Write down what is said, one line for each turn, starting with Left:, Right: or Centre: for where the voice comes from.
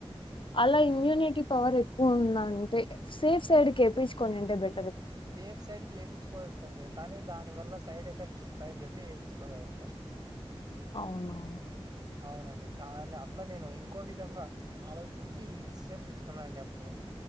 Left: అలా ఇమ్యూనిటీ పవర్ ఎక్కువ ఉందంతె సేఫ్ సైడ్ కేపించుకోనింటే బె
Right: సేఫ్ సైడ్ కి ఏపిచ్చుకోవచ్చు అండి. కానీ దాని వల్ల సైడ్ ఎఫెక్ట్స్ వస్తాయని చెప్పి ఏపిచ్చుకోలేదు అంతే
Left: అవునా
Right: అవునండి దాన్ని అట్లా నేను ఇంకో విధంగా ఆలోచించి ఈ డిసిషన్ తీసుకున్నానండి అప్పుడు